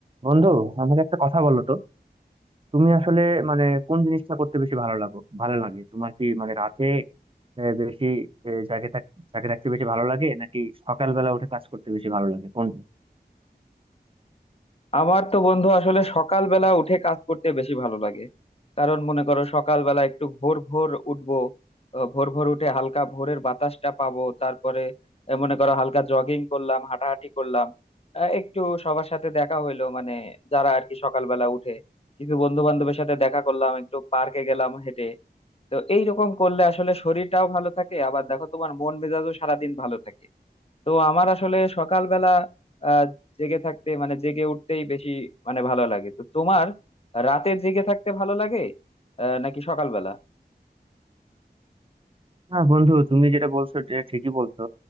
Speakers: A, on the right (about 35°); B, on the left (about 35°).
A: বন্ধু আমাকে একটা কথা বলো তো তুমি আসলে মানে কোন জিনিসটা করতে বেশি ভালো লাগো ভালো লাগে তোমার কি মানে রাতে আহ, বেশি আহ, জাগে থাক- জাগে থাকতে বেশি ভালো লাগে নাকি সকালবেলা উঠে কাজ করতে বেশি ভালো লাগে কোনটা
B: আমার তো বন্ধু আসলে সকালবেলা উঠে কাজ করতে বেশি ভালো লাগে কারণ মনে করো সকালবেলা একটু ভোর ভোর উঠবো আহ, ভোর ভোর উঠে হালকা ভোরের বাতাসটা পাবো তারপরে আহ, মনে করো হালকা জগিং করলাম হাঁটাহাঁটি করলাম আহ, একটু সবার সাথে দেখা হইলো মানে যারা আর কি সকালবেলা উঠে কিছু বন্ধু বান্ধবের সাথে দেখা করলাম একটু পার্কে গেলাম হেঁটে তো এইরকম করলে আসলে শরীরটাও ভালো থাকে আবার দেখো তোমার মন মেজাজও সারাদিন ভালো থাকে তো আমার আসলে সকালবেলা আহ জেগে থাকতে মানে জেগে উঠতেই বেশি মানে ভালো লাগে তো তোমার রাতে জেগে থাকতে ভালো লাগে আহ নাকি সকালবেলা
A: হ্যাঁ বন্ধু তুমি যেটা বলছো এটা ঠিকই বলছো